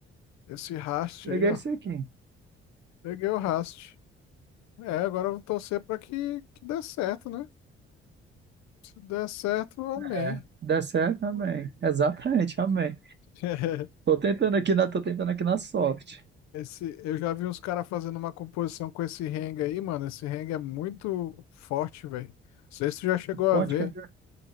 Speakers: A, on the left; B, on the right.
A: Esse Rast
B: Peguei
A: aí, ó.
B: esse aqui.
A: Peguei o Rast. É, agora eu vou torcer pra que, que dê certo, né? Se der certo, amém.
B: É, se der certo, amém. Exatamente, amém.
A: <laughs>
B: Tô tentando aqui na, tô tentando aqui na sorte.
A: Esse, eu já vi uns caras fazendo uma composição com esse Hang aí, mano. Esse Hang é muito forte, velho. Não sei se tu já chegou a
B: Pode,
A: ver.
B: cara?